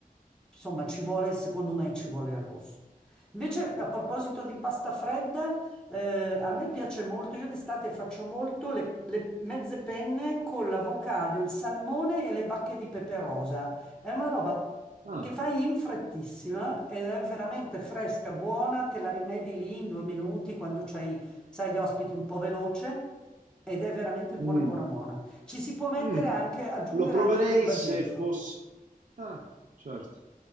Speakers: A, in the centre; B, on the right.
A: insomma, ci vuole, secondo me, ci vuole il rosso. Invece, a proposito di pasta fredda, eh, a me piace molto, io d'estate faccio molto le, le mezze penne con l'avocado, il salmone e le bacche di pepe rosa. È una roba
B: Ah,
A: che fai in frettissima ed è veramente fresca, buona, te la rimedi lì in due minuti quando c'hai, sai, gli ospiti un po' veloce ed è veramente buona,
B: mm,
A: buona, buona. Ci si può mettere
B: mm,
A: anche, aggiungere
B: Lo proverei
A: anche del basilico,
B: se fosse... Ah, certo.